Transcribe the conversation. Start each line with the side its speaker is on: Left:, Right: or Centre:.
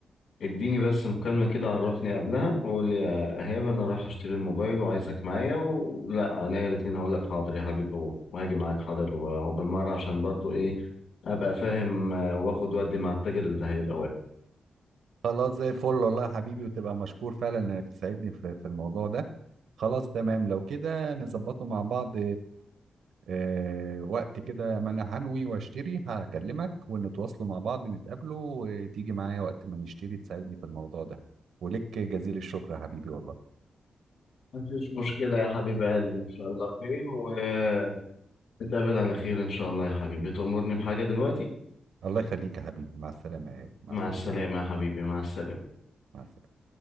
Left: اديني بس مكالمة كده عرفني قبلها وقول لي يا إيهاب أنا رايح أشتري الموبايل وعايزك معايا ولا أنا الاتنين هقول لك حاضر يا حبيبي و- وهاجي معاك حاضر وهو بالمرة عشان برضو إيه أبقى فاهم آه، وآخد ودي مع التاجر اللي هيبقى واقف
Right: خلاص زي الفل والله يا حبيبي وتبقى مشكور فعلا انك تساعدني في في الموضوع ده خلاص تمام لو كده نظبطه مع بعض آه، وقت كده ما انا هنوي واشتري هكلمك ونتواصلوا مع بعض نتقابلوا وتيجي معايا وقت ما نشتري تساعدني في الموضوع ده ولك جزيل الشكر يا حبيبي والله
Left: مفيش مشكلة يا حبيب قلبي إن شاء الله خير ونتقابل على خير إن شاء الله يا حبيبي تأمرني بحاجة دلوقتي
Right: الله يخليك يا حبيبي مع السلامة يا- مع
Left: مع
Right: السلامة
Left: السلامة
Right: يا حبيبي
Left: يا حبيبي مع السلامة
Right: مع السلامة